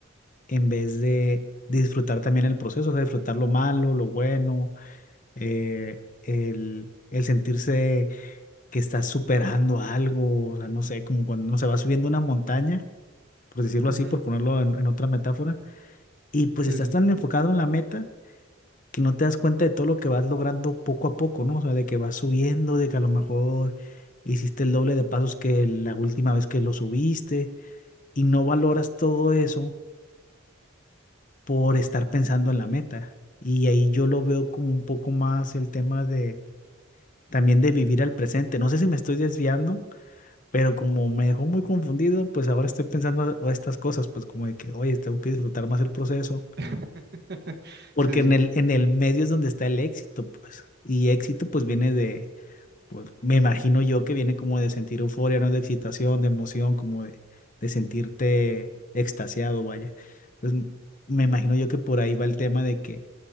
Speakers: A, on the left; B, on the right.
A: en vez de disfrutar también el proceso, o sea, disfrutar lo malo, lo bueno, eh, el, el sentirse que estás superando algo, o sea, no sé, como cuando uno se va subiendo una montaña por decirlo
B: Ujú,
A: así, por ponerlo en, en otra metáfora, y pues
B: Sí,
A: estás
B: sí.
A: tan enfocado en la meta que no te das cuenta de todo lo que vas logrando poco a poco, ¿no? O sea, de que vas subiendo, de que a lo mejor hiciste el doble de pasos que la última vez que lo subiste y no valoras todo eso por estar pensando en la meta. Y ahí yo lo veo como un poco más el tema de también de vivir al presente. No sé si me estoy desviando, pero como me dejó muy confundido, pues ahora estoy pensando a- a estas cosas, pues como de que, oye, tengo que disfrutar más el proceso
B: <laughs>
A: Porque
B: Sí,
A: en
B: sí.
A: el, en el medio es donde está el éxito, pues. Y éxito, pues, viene de, pues, me imagino yo que viene como de sentir euforia, ¿no? De excitación, de emoción, como de, de sentirte extasiado, vaya. Entonces, me imagino yo que por ahí va el tema de que,